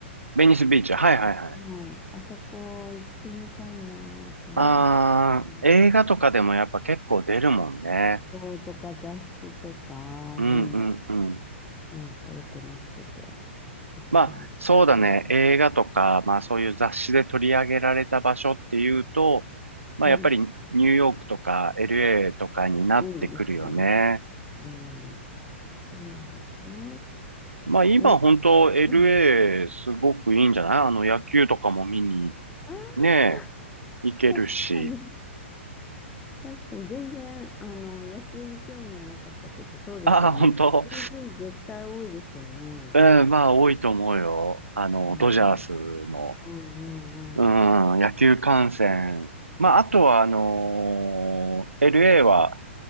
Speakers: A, on the right (about 85°); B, on the left (about 15°).
A: ベニスビーチ。はいはいはい。
B: はい、あそこ行ってみたいなと思って、
A: ああ、映画とかでもやっぱ結構出るもんね。
B: そうとか雑誌とかにも
A: うんうんうん。
B: なんかよく載ってて、行ってみたいな。
A: まあ、そうだね。映画とか、まあそういう雑誌で取り上げられた場所っていうと、まあやっぱりニューヨークとか
B: はい。
A: LA とかになってくるよね。
B: うんうんうんうん。そうなんですよね。
A: まあ今本当
B: えー
A: LA
B: うん。
A: すごくいいんじゃないあの野球とかも見に
B: あ
A: ね、
B: あ
A: 行けるし。
B: 確かに。確かに、全然、あの、野球に興味はなかったけど、そうですよね。
A: ああ、本当
B: 日本人絶対多いですよね。
A: うん、まあ多いと思うよ。あの、
B: うん、
A: ドジャースの。
B: うん、うん、
A: うん、
B: うん、そうですね。
A: 野球観戦。まあ、あとは、あのー LA は、